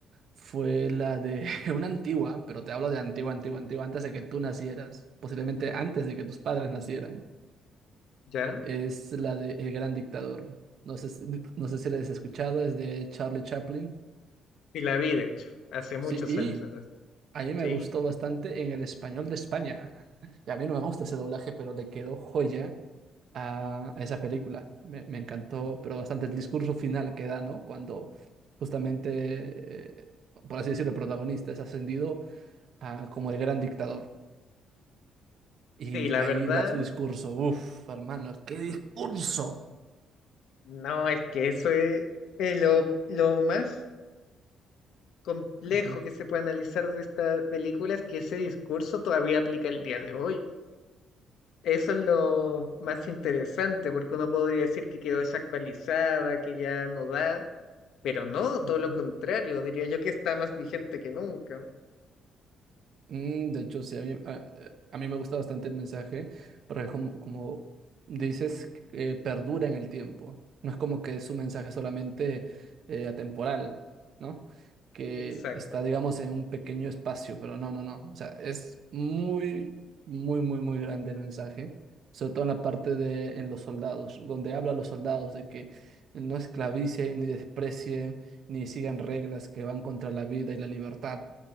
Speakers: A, on the right; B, on the left.
A: fue la de <laughs> una antigua, pero te hablo de antigua, antigua, antigua, antes de que tú nacieras, posiblemente antes de que tus padres nacieran.
B: ¿Ya?
A: Es la de El Gran Dictador. No sé, si- no sé si la has escuchado, es de Charlie Chaplin.
B: sí la vi, de hecho, hace muchos
A: Sí, y
B: años atrás.
A: a mí me
B: Sí,
A: gustó bastante en el español de España. <laughs> Y a mí no me gusta ese doblaje, pero le quedó joya a, a esa película. Me, me encantó, pero bastante el discurso final que da, ¿no? Cuando justamente, eh, por así decirlo, el protagonista es ascendido a, como el Gran Dictador. Y
B: sí, la
A: ahí
B: verdad,
A: da su discurso. Uf, hermano, qué discurso.
B: no, es que eso es, es lo, lo más complejo
A: Ujú,
B: que se puede analizar de esta película es que ese discurso todavía aplica el día de hoy. Eso es lo más interesante, porque uno podría decir que quedó desactualizada, que ya no da, pero no,
A: ujú.
B: todo lo contrario, diría yo que está más vigente que nunca.
A: Mm, de hecho, sí, a mí, a, a mí me gusta bastante el mensaje, porque como, como dices, eh, perdura en el tiempo. No es como que es un mensaje solamente eh, atemporal, ¿no? Que
B: Exacto.
A: está, digamos, en un pequeño espacio, pero no, no, no. O sea, es muy, muy, muy, muy grande el mensaje, sobre todo en la parte de en los soldados, donde habla a los soldados de que no esclavicen, ni desprecien, ni sigan reglas que van contra la vida y la libertad